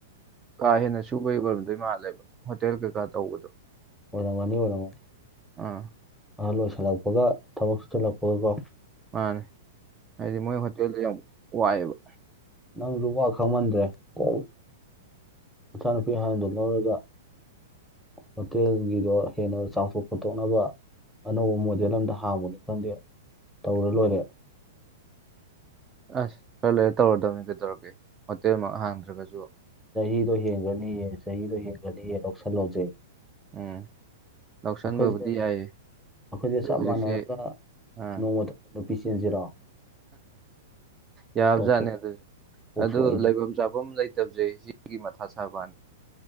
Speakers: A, on the right; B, in the centre.
A: ꯀꯥ ꯍꯦꯟꯅ ꯁꯨꯕꯩ ꯑꯣꯏꯔꯝꯗꯣꯏ ꯃꯥꯜꯂꯦꯕ ꯍꯣꯇꯦꯜ ꯀꯩꯀꯥ ꯇꯧꯕꯗꯣ
B: ꯑꯣꯏꯔꯝꯒꯅꯤ ꯑꯣꯏꯔꯃ
A: ꯑꯥ
B: ꯑꯍꯜ ꯑꯣꯏꯁꯜꯂꯛꯄꯒ ꯊꯕꯛ ꯁꯨꯊꯜꯂꯛꯄꯒꯀꯣ
A: ꯃꯥꯅꯦ ꯍꯥꯏꯗꯤ ꯃꯣꯏ ꯍꯣꯇꯦꯜꯗꯣ ꯌꯥꯝ ꯋꯥꯏꯑꯦꯕ
B: ꯅꯪꯗꯨ ꯋꯥ ꯈꯪꯃꯟꯗ꯭ꯔꯦ ꯀ ꯃꯆꯥꯅꯨꯄꯤ ꯍꯥꯟꯅꯗꯨ ꯂꯧꯔꯒ ꯍꯣꯇꯦꯜꯒꯤꯗꯣ ꯍꯦꯟꯅ ꯆꯥꯎꯊꯣꯛ ꯈꯣꯇꯣꯛꯅꯕ ꯑꯅꯧꯕ ꯃꯣꯗꯦꯜ ꯑꯝꯗ ꯍꯥꯡꯕꯅꯤ ꯈꯪꯗꯦ ꯇꯧꯔ ꯂꯣꯏꯔꯦ
A: ꯑꯁ ꯈꯔ ꯂꯩꯣꯏꯔ ꯇꯧꯔꯗꯕꯅꯤ ꯀꯩꯗꯧꯔꯒꯦ ꯍꯣꯇꯦꯜꯃꯛ ꯍꯥꯡꯗ꯭ꯔꯒꯁꯨ
B: ꯆꯍꯤꯗꯣ ꯍꯦꯟꯒ꯭ꯔꯅꯤꯌꯦ ꯆꯍꯤꯗꯣ ꯍꯦꯟꯒ꯭ꯔꯅꯤꯌꯦ ꯂꯧꯁꯜꯂꯣꯁꯦ
A: ꯎꯝ ꯂꯧꯁꯟꯕꯕꯨꯗꯤ
B: ꯑꯩꯈꯣꯏꯁꯦ ꯑꯩꯈꯣꯏꯁꯦ
A: ꯌꯥꯏꯌꯦ ꯑꯗꯣ
B: ꯆꯞ
A: ꯍꯧꯖꯤꯛꯁꯦ
B: ꯃꯥꯟꯅꯔꯒ
A: ꯑꯥ
B: ꯅꯣꯡꯃꯗ ꯅꯨꯄꯤ ꯆꯦꯟꯁꯤꯔꯣ
A: ꯌꯥꯕꯖꯥꯠꯅꯦ
B: ꯇꯣꯝꯄꯣꯛꯁꯨ
A: ꯑꯗꯨ ꯑꯗꯨ
B: ꯑꯩꯁꯨ
A: ꯂꯩꯐꯝ ꯆꯥꯐꯝ ꯂꯩꯇꯕꯁꯦ ꯁꯤ ꯁꯤꯒꯤ ꯃꯊꯥ ꯁꯥꯕꯋꯥꯅꯤ